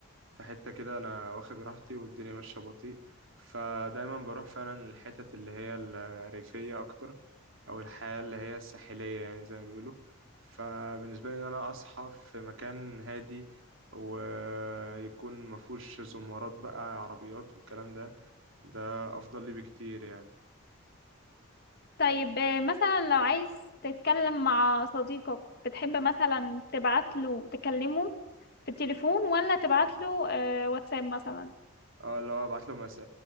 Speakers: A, on the right; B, on the left.
A: في حته كده انا واخد راحتي والدنيا ماشيه بطيء فدايما بروح فعلا للحتت اللي هي الريفيه اكتر او الحياه اللي هي الساحليه يعني زي ما بيقولوا فبالنسبه لي ان انا اصحى في مكان هادي ويكون مفهوش زمارات بقى عربيات والكلام ده ده افضل لي بكتير يعني
B: طيب آه، مثلا لو عايز تتكلم مع صديقك بتحب مثلا تبعت له تكلمه في التليفون ولا تبعت له آه، واتساب مثلا
A: اه اللي هو ابعت له مس...